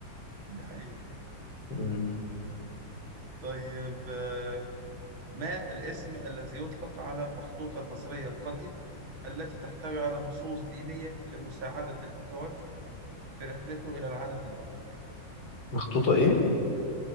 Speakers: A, on the right; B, on the left.
A: دي حقيقة
B: مم.
A: طيب آه، ما الاسم الذي يطلق على المخطوطة المصرية القديمة التي تحتوي على نصوص دينية لمساعدة المتوفي في رحلته إلى العالم الآخر
B: مخطوطة ايه